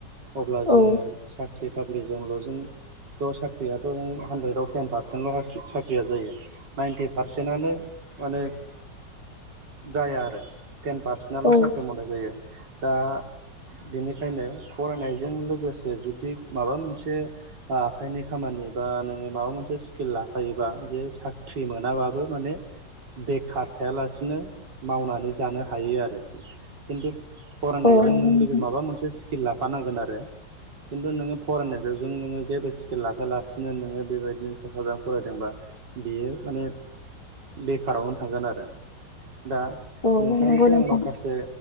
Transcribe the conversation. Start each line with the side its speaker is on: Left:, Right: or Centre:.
Right: अब्ला जोङो
Left: औ
Right: साख्रि बाख्रिजोंल' जों थ' साख्रियाथ हानद्रेदआव टेन पारसेन्टल साख्रिया जायो। नाइन्टि पारसेन्टनो माने जाया आरो। टेन पारसेन्ट आल'
Left: औ
Right: साख्रि मावनाय जायो दा बेनि खायनो फरायनायजों लोगोसे जुदि माबा मोनसे आखाइनि खामानि बा नों माबा मोनसे स्किल लाफायोबा जे साख्रि मोनाबाबो माने बेखार थायालासिनो मावनानै जानो हायो आरोखि। खिन्थु फरायनायजों
Left: औ
Right: नों
Left: नंगौ नोंथां
Right: माबा मोनसे स्किल लाफानांगोन आरो। खिन्थु नोङो फरायनाय'जों नोङो जेबो स्किल लाखायालासिनो नोङो बेबायदिनो सा साज्रां फरायदोंबा बेयो माने बेखारावनो थांगोन आरो। दा
Left: औ
Right: नोंथांनिफ्राय
Left: नंगौ नोंथां
Right: आं माखासे